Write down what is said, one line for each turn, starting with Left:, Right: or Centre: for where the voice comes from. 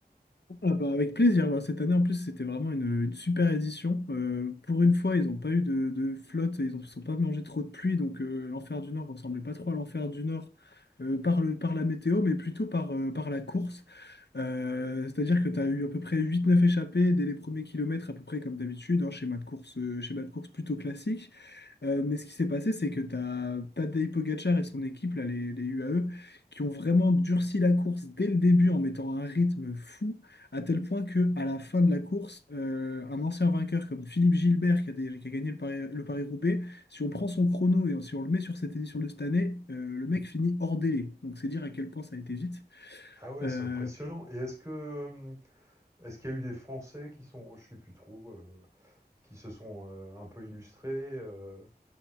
Left: Ah bah avec plaisir. Bah, cette année, en plus, c'était vraiment une, une super édition. Euh, pour une fois, ils n'ont pas eu de, de flotte, ils ne sont pas mangé trop de pluie. Donc, euh, l'enfer du Nord ressemblait pas trop à l'enfer du Nord euh, par le, par la météo, mais plutôt par, euh, par la course. Euh, c'est-à-dire que tu as eu à peu près huit neuf échappées dès les premiers kilomètres, à peu près comme d'habitude, hein, schéma de course, euh, schéma de course plutôt classique. Euh, mais ce qui s'est passé, c'est que tu as Tadej Pogacar et son équipe, là, les, les UAE, qui ont vraiment durci la course dès le début en mettant un rythme fou, à tel point que à la fin de la course, euh, un ancien vainqueur comme Philippe Gilbert, qui a, dé- qui a gagné le Paris, le Paris-Roubaix, si on prend son chrono et si on le met sur cette édition de cette année, euh, le mec finit hors délai. Donc c'est dire à quel point ça a été vite.
Right: Ah ouais,
Left: Euh,
Right: c'est impressionnant. Et est-ce que hum, est-ce qu'il y a eu des Français qui sont, je suis plus trop, euh, qui se sont euh, un peu illustrés euh,